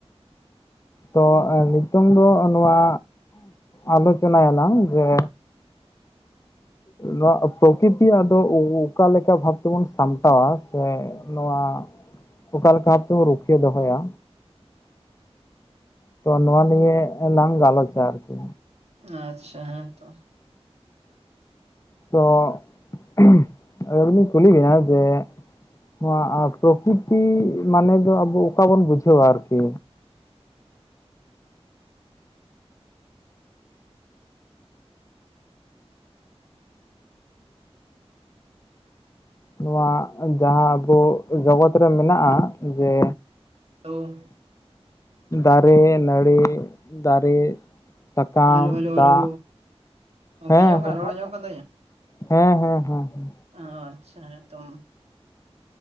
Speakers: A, on the left; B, on the right.
A: ᱛᱚ ᱱᱤᱛᱚᱝ ᱫᱚ ᱱᱚᱣᱟ ᱟᱞᱳᱪᱚᱱᱟᱭᱟᱞᱟᱝ ᱡᱮ ᱱᱚᱣᱟ ᱯᱨᱚᱠᱤᱛᱤᱭᱟᱜ ᱫᱚ ᱚᱠᱟᱞᱮᱠᱟ ᱵᱷᱟᱵᱽ ᱛᱮᱵᱚᱱ ᱥᱟᱢᱴᱟᱣᱟ ᱥᱮ ᱱᱚᱣᱟ ᱚᱠᱟ ᱞᱮᱠᱟ ᱵᱷᱟᱵ ᱛᱮᱵᱚ ᱨᱩᱠᱷᱤᱭᱟᱹ ᱫᱚᱦᱚᱭᱟ ᱛᱚ ᱱᱚᱣᱟ ᱱᱤᱭᱮ ᱞᱟᱝ ᱜᱟᱞᱚᱪᱟ ᱟᱨᱠᱤ
B: ᱟᱪᱪᱷᱟ ᱦᱮᱸ ᱛᱚ
A: ᱛᱚ <unintelligible> ᱟᱵᱤᱱ ᱤᱧ ᱠᱩᱞᱤ ᱵᱮᱱᱟ ᱡᱮ ᱱᱚᱣᱟ ᱯᱨᱚᱠᱤᱛᱤ ᱢᱟᱱᱮ ᱫᱚ ᱟᱵᱚ ᱚᱠᱟ ᱵᱚᱱ ᱵᱩᱡᱷᱟᱹᱣᱟ ᱟᱨᱠᱤ ᱱᱚᱣᱟ ᱡᱟᱦᱟᱸ ᱟᱵᱚ ᱡᱚᱜᱚᱛ ᱨᱮ ᱢᱮᱱᱟᱜᱼᱟ ᱡᱮ
B: <unintelligible>
A: ᱫᱟᱨᱮ ᱱᱟᱲᱤ ᱫᱟᱨᱮ ᱥᱟᱠᱟᱢ
B: ᱦᱮᱞᱳ ᱦᱮᱞᱳ
A: ᱫᱟᱜ
B: ᱦᱮᱞᱳ ᱜᱚᱝᱠᱮ
A: ᱦᱮᱸ
B: ᱟᱸᱡᱚᱢᱚᱜ ᱠᱟᱱᱟ
A: ᱦᱮᱸ
B: ᱨᱚᱲ ᱟᱸᱡᱚᱢᱚᱜ ᱠᱟᱱ
A: ᱦᱮᱸ ᱦᱮᱸ ᱦᱮᱸ
B: ᱚ ᱟᱪᱪᱷᱟᱸ ᱛᱚ